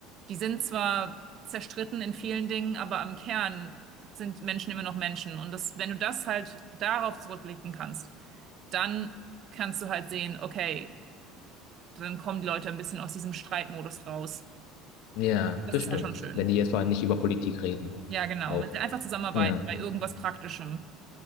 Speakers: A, on the right; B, on the left.
A: die sind zwar zerstritten in vielen Dingen, aber am Kern sind Menschen immer noch Menschen. Und das, wenn du das halt darauf zurückblicken kannst, dann kannst du halt sehen, okay, dann kommen die Leute ein bisschen aus diesem Streitmodus raus.
B: Ja,
A: Das
B: das
A: ist
B: stimmt.
A: halt schon schön.
B: Wenn die jetzt vor allem nicht über Politik reden.
A: Ja, genau.
B: Auch.
A: Wenn sie einfach zusammenarbeiten
B: Ja.
A: bei irgendwas Praktischem.